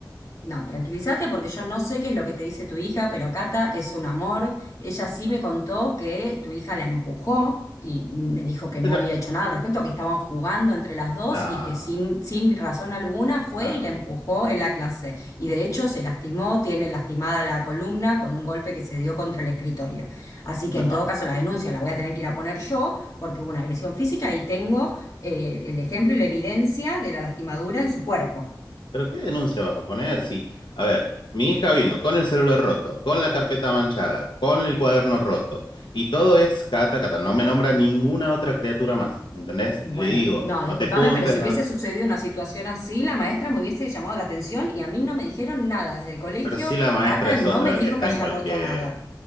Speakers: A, on the left (about 45°); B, on the left (about 80°).
A: no, tranquilízate porque yo no sé qué es lo que te dice tu hija, pero Cata es un amor. Ella sí me contó que tu hija la empujó y me dijo que no
B: Pero,
A: había hecho nada al respecto, que estaban jugando entre las dos
B: no,
A: y que sin, sin razón alguna fue
B: no,
A: y la empujó en la clase. Y de hecho se lastimó, tiene lastimada la columna con un golpe que se dio contra el escritorio. Así que
B: no.
A: en todo caso la denuncia la voy a tener que ir a poner yo porque hubo una agresión física y tengo eh, el ejemplo y la evidencia de la lastimadura en su cuerpo.
B: ¿Pero qué denuncia vas a poner? Si, a ver, mi hija vino con el celular roto, con la carpeta manchada, con el cuaderno roto, y todo es cata, cata. No me nombra ninguna otra criatura más, ¿me entendés?
A: Bueno,
B: Le digo,
A: no,
B: no
A: discúlpame,
B: te juntes,
A: pero si
B: no,
A: hubiese sucedido una situación así, la maestra me hubiese llamado la atención y a mí no me dijeron nada. Desde el colegio,
B: Pero sí la maestra
A: Cata
B: es
A: no
B: otra
A: me dijo
B: que está
A: que haya
B: en cualquiera.
A: roto nada.